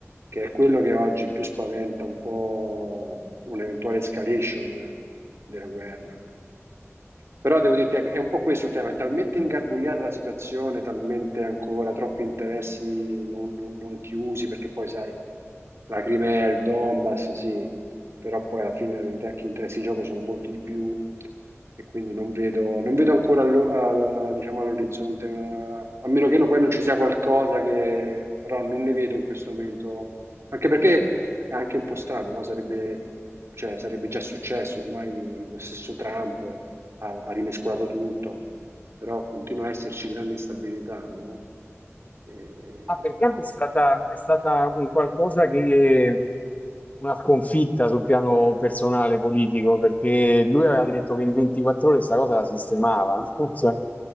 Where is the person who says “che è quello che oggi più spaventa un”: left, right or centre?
Right